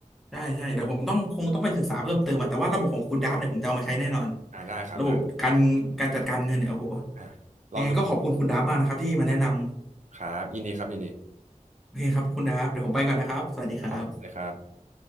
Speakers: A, in the centre; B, on the right (about 65°).
A: ใช่ใช่เดี๋ยวผมต้องคงต้องไปศึกษาเพิ่มเติมอะแต่ว่าระบบของคุณดับเนี่ยผมจะเอามาใช้แน่นอน
B: อ่าได้ครับได้
A: ระบบการการจัดการเงินเนี่ยโอ้โห
B: อ่าลองดู
A: ยังไงก็ขอบคุณคุณดับมากนะครับที่มาแนะนำ
B: ครับ ยินดีครับยินดี
A: โอเคครับคุณดับเดี๋ยวผมไปก่อนนะครับสวัสดีครับ
B: ครับผมเลยครับ